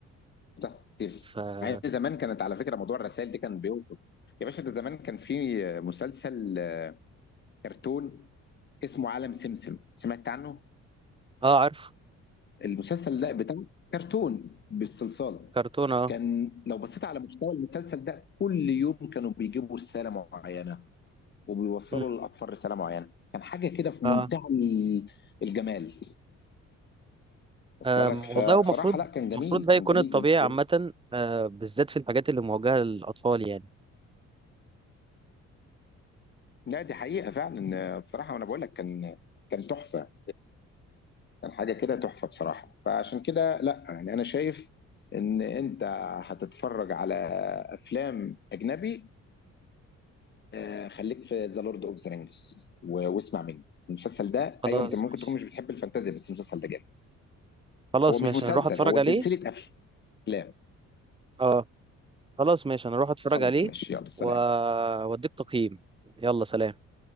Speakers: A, on the left; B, on the right.
A: بتحصل كتير
B: ف اه
A: مع إن زمان كانت على فكره موضوع الرسائل دي كان بيوصل يا باشا ده زمان كان في مسلسل كرتون اسمه عالم سمسم سمعت عنه
B: اه عارف
A: المسلسل ده بتاع كرتون بالصلصال
B: كرتون اه
A: كان لو بصيت على محتوى المسلسل ده كل يوم كانوا بيجيبوا رساله معينه وبيوصلوا
B: مم.
A: للاطفال رساله معينه كان حاجه كده في
B: اه
A: منتهى ال- الجمال وصل
B: أم،
A: لك فبصراحه
B: والله هو المفروض
A: لا كان
B: المفروض
A: جميل
B: ده
A: كان
B: يكون
A: جميل
B: الطبيعي عامه
A: جميل
B: آه، بالذات في الحاجات اللي موجهه للاطفال يعني
A: لا دي حقيقه فعلا بصراحه وانا بقول لك كان كان تحفه كان حاجة كده تحفة بصراحة فعشان كده لا يعني أنا شايف إن أنت هتتفرج على أفلام أجنبي آه، خليك في ذا لورد أوف ذا رينجز واسمع مني المسلسل ده
B: خلاص
A: أيوه أنت ممكن
B: ماشي
A: تكون مش بتحب الفانتازيا بس المسلسل ده جامد
B: خلاص
A: هو مش
B: ماشي
A: مسلسل
B: انا اروح اتفرج
A: هو
B: عليه
A: سلسلة أفلام
B: اه خلاص ماشي انا اروح اتفرج
A: خلاص
B: عليه
A: ماشي يلا سلام
B: و- واديك تقييم يلا سلام